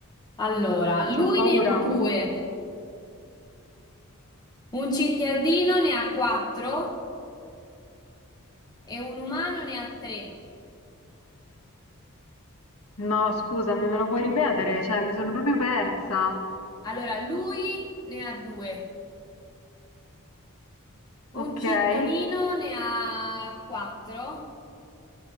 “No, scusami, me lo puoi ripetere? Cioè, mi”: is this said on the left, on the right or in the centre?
Left